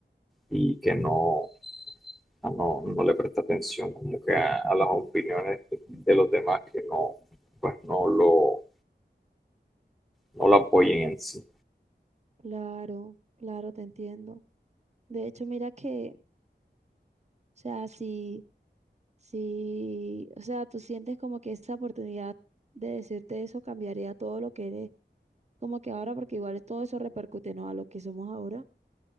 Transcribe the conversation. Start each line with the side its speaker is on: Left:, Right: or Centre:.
Centre: y que no, a no, no le preste atención como que a, a las opiniones de, de los demás que no, pues no lo, no lo apoyen en sí.
Right: claro, claro, te entiendo. De hecho, mira que, o sea, si, si, o sea, tú sientes como que esa oportunidad de decirte eso cambiaría todo lo que eres, como que ahora, porque igual todo eso repercute, ¿no? A lo que somos ahora.